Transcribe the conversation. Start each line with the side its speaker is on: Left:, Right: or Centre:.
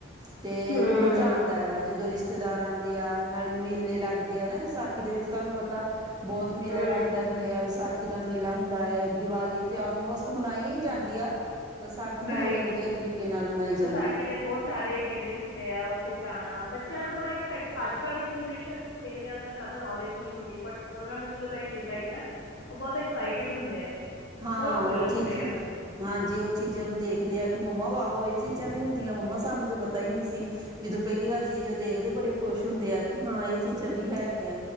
Right: ਅਤੇ
Left: ਹੂੰ।
Right: ਮਜ਼ਾ ਆਂਦਾ ਜਦੋਂ ਰਿਸ਼ਤੇ ਰਿਸ਼ਤੇਦਾਰ ਆਉਂਦੇ ਆ ਨਾਲੇ ਮੇਲੇ ਲੱਗਦੇ ਆ ਨਾ ਵਿਸਾਖੀ ਦੇ ਵਿੱਚ ਤੁਹਾਨੂੰ ਪਤਾ ਬਹੁਤ ਮੇਲਾ
Left: ਹੂੰ,
Right: ਲੱਗਦਾ ਹੁੰਦੇ ਆ ਵਿਸਾਖੀ ਦਾ ਮੇਲਾ ਹੁੰਦਾ ਦੀਵਾਲੀ ਤੇ ਆਲਮੋਸਟ ਮਨਾਈ ਹੀ ਜਾਂਦੀ ਆ ਵਿਸਾਖੀ ਵੀ
Left: ਰਾਈਟ।
Right: ਬੜੇ ਵਧੀਆ ਤਰੀਕੇ ਨਾਲ ਬਨਾਈ
Left: ਵਿਸਾਖੀ ਦੇ ਬਹੁਤ ਸਾਰੇ ਮੇਲੇ ਹੁੰਦੇ ਆ ਉੱਥੇ ਜਾਣਾ ਬੱਚਿਆਂ ਨੂੰ ਬੜਾ ਅੱਜ ਕੱਲ੍ਹ ਦੀ ਜਨਰੇਸ਼ਨ ਨੂੰ ਮੇਲਿਆਂ ਦਾ ਜ਼ਿਆਦਾ ਨੌਲੇਜ ਨਹੀਂ ਹੁੰਦੀ ਬਟ ਉਹਨਾਂ ਨੂੰ ਜਦੋਂ ਲੈ ਕੇ ਚਾਹੀਦਾ ਉਹ ਬਹੁਤ ਐਕਸਾਈਟਿਡ ਹੁੰਦੇ ਆ
Right: ਹਾਂ
Left: ਬਹੁਤ ਖੁਸ਼
Right: ਉਹ ਚੀਜ਼
Left: ਹੁੰਦੇ
Right: ਚ
Left: ਆ।
Right: ਹਾਂਜੀ ਉਹ ਚੀਜ਼ਾਂ ਨੂੰ ਦੇਖਦੇ ਆ ਕਿ ਮੰਮਾ ਵਾਹੋ ਇਹ ਚੀਜ਼ਾਂ ਵੀ ਹੁੰਦੀਆਂ ਮੰਮਾ ਸਾਨੂੰ ਤਾਂ ਪਤਾ ਹੀ ਨਹੀਂ ਸੀ ਜਦੋਂ ਪਹਿਲੀ ਵਾਰ ਚੀਜ਼ ਉਹ ਦੇਖਦੇ ਬੜੇ ਖੁਸ਼ ਹੁੰਦੇ ਆ ਕਿ ਹਾਂ ਇਹ ਚੀਜ਼ਾਂ ਵੀ ਹੈਗੀਆਂ